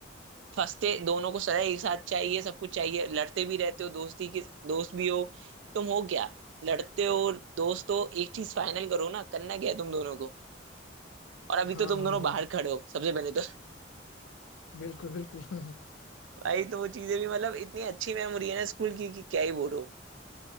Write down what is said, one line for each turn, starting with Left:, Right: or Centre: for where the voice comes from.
Right: फंसते दोनों को सजा एक साथ चाहिए सब कुछ चाहिए लड़ते भी रहते हो दोस्ती के दोस्त भी हो तुम हो क्या लड़ते हो दोस्त हो एक चीज फाइनल करो ना करना क्या है तुम दोनों को और अभी
Left: हाँ
Right: तो तुम
Left: हाँ
Right: दोनों
Left: हाँ
Right: बाहर खड़े हो सबसे पहले तो
Left: बिल्कुल बिल्कुल <laughs>
Right: <laughs> भाई तो वो चीजें भी मतलब इतनी अच्छी मेमोरी है ना स्कूल की कि क्या ही बोलो